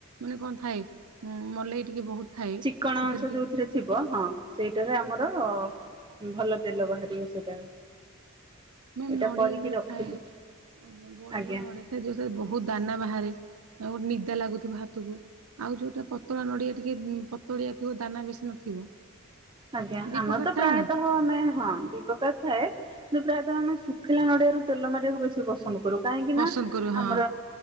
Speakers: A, on the right; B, on the right.
A: ମାନେ କଣ ଥାଏ। ଉଁ ମଲେଇ ଟିକେ ବହୁତ ଥାଏ
B: ଚିକଣ
A: ସେଥିରେ
B: ଅଂଶ
A: ଟିକେ
B: ଯୋଉଥିରେ ଥିବ ହଁ ସେଇଟାରେ ଆମର ତ ଭଲ ତେଲ ବାହାରିବ ସେଇଟା।
A: ନା
B: ଏଇଟା
A: ନଡ଼ିଆ
B: କରିକି
A: ବି
B: ରଖିଲି
A: ଥାଏ ଆଜ୍ଞା ବଡ
B: ଆଜ୍ଞା।
A: ବଡ ନଡିଆ ଥାଏ ଯୋଉରେ ବହୁତ ଦାନା ବାହାରେ। ଆ ଗୋଟେ ନିଦା ଲାଗୁଥିବ ହାତକୁ। ଆଉ ଯୋଉଟା ପତଳା ନଡିଆ ଟିକେ ପତଳିଆ ଥିବ ଦାନା ବେଶୀ ନଥିବ।
B: ଆଜ୍ଞା
A: ଦି
B: ଆମର
A: ପ୍ରକାର
B: ତ
A: ଥାଏ
B: ପ୍ରାୟତଃ
A: ନା
B: ଆମେ ହଁ ଦିପ୍ରକାର ଥାଏ କିନ୍ତୁ ପ୍ରାୟତଃ ଆମେ ଶୁଖିଲା ନଡିଆରୁ ତେଲ ମାରିବାକୁ ବେଶୀ ପସନ୍ଦ। କରୁ କାହିଁକି
A: ପସନ୍ଦ
B: ନା
A: କରୁ ହଁ
B: ଆମର